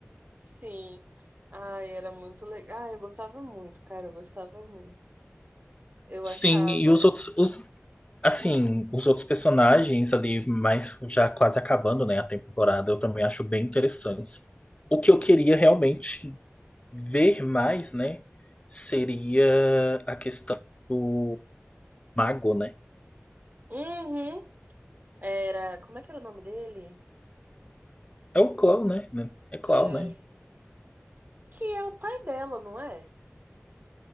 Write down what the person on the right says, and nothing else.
Sim. Ai, era muito legal. Ah, eu gostava muito, cara, eu gostava muito. Eu
achava.
Hum.
Uhum. Era. Como é que era o nome dele?
É,
Que é o pai dela, não é?